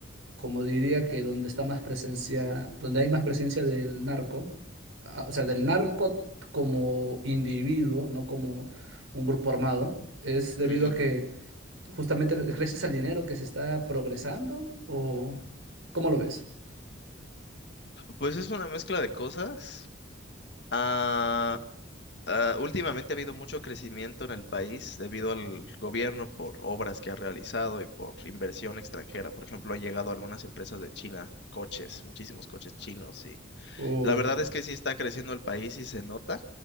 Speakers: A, on the right (about 90°); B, on the left (about 55°).
A: como diría que donde está más presencia, donde hay más presencia del narco, ah, o sea, del narco como individuo, no como un grupo armado, es debido
B: Ujú.
A: a que justamente gracias al dinero que se está progresando, o ¿cómo lo ves?
B: Pues es una mezcla de cosas. Ah, ah, últimamente ha habido mucho crecimiento en el país debido al gobierno por obras que ha realizado y por inversión extranjera. Por ejemplo, han llegado algunas empresas de China, coches, muchísimos coches chinos y
A: Uy,
B: La verdad es que sí está creciendo el país y se nota.